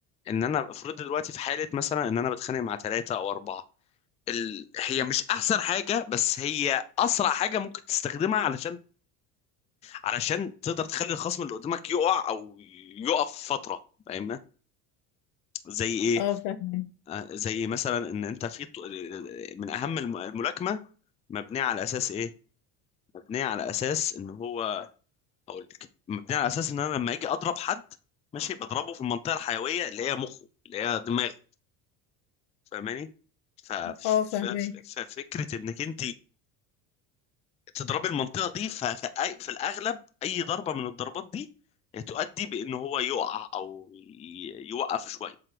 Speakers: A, on the left; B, on the left.
A: ان انا افرض دلوقتي في حاله مثلا ان انا بتخانق مع ثلاثه او اربعه ال... هي مش احسن حاجه بس هي اسرع حاجه ممكن تستخدمها علشان علشان تقدر تخلي الخصم اللي قدامك يقع او يقف فتره فاهمنا زي ايه
B: اه فهمك
A: آه، زي مثلا ان انت في ط- من اهم الم- الملاكمه مبنيه على اساس ايه مبنيه على اساس ان هو هقول لك مبنيه على اساس ان انا لما اجي اضرب حد ماشي بضربه في المنطقه الحيويه اللي هي مخه اللي هي دماغه فاهماني ف... ف...
B: اه فهمك
A: ف- ففكره انك انت تضربي المنطقه دي ف... ف... أي- في الاغلب اي ضربه من الضربات دي تؤدي بان هو يقع او ي- يوقف شويه